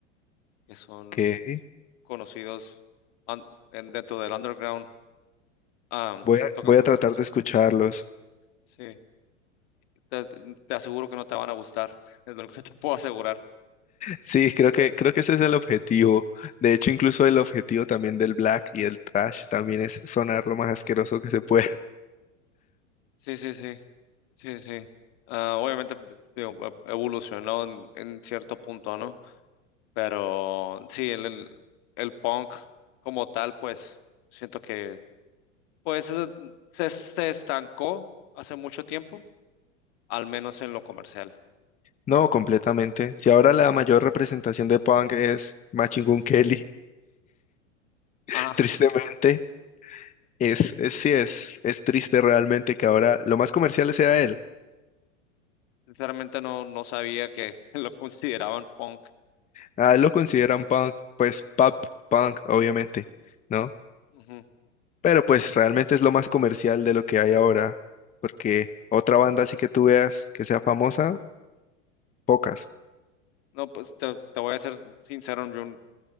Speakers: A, on the left; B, on the left.
A: que son
B: que
A: conocidos an- en- dentro del underground. Ah,
B: voy a,
A: tocan
B: voy a tratar
A: más o menos.
B: de escucharlos.
A: Sí, te, te aseguro que no te van a gustar, <laughs> es lo que te puedo asegurar.
B: Sí, creo que, creo que ese es el objetivo. De hecho, incluso el objetivo también del black y el trash también es sonar lo más asqueroso que se pueda. <laughs>
A: Sí, sí, sí, sí, sí. Ah, obviamente digo, e- evolucionó en, en cierto punto, ¿no? Pero sí, el, el, el punk como tal, pues siento que pues eh, se, se estancó hace mucho tiempo al menos en lo comercial.
B: No, completamente. Si ahora la mayor representación de punk es Machine Gun Kelly, <laughs>
A: Ah,
B: tristemente, es, es, sí, es, es triste realmente que ahora lo más comercial sea él.
A: sinceramente no, no sabía que, <laughs> lo consideraban punk.
B: Ah, lo consideran punk, pues pop, punk, obviamente, ¿no?
A: Ujú.
B: Pero pues realmente es lo más comercial de lo que hay ahora, porque otra banda así que tú veas que sea famosa, pocas,
A: No, pues te, te voy a ser sincero, yo n-